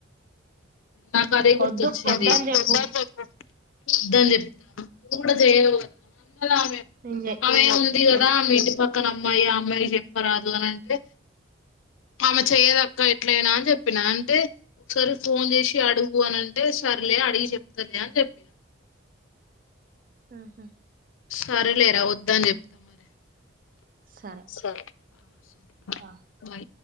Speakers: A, on the left; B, on the right.
A: నాకు అదే గుర్తొచ్చింది
B: వద్దు వద్దని చెప్పు
A: వద్దని చెప్తా నువ్వు కూడా చేయవు కదా అని అన్నదామె
B: నేను చే
A: అమె ఉంది కదా
B: నేను
A: మీ ఇంటి పక్క క్కన అమ్మాయి ఆ అమ్మాయి చెప్పరాదు అని అంటే ఆమె చేయదక్క ఎట్లయినా చెప్పిన అంటే ఒకసారి ఫోన్ చేసి అడుగు అని అంటే సర్లే అడిగి చెప్తాలే అని చెప్పిన
B: ఉమ్ హు
A: సరేలేరా వద్దని చెప్తా మరి
B: సరే
A: ఆ సరే
B: ఆ
A: బాయ్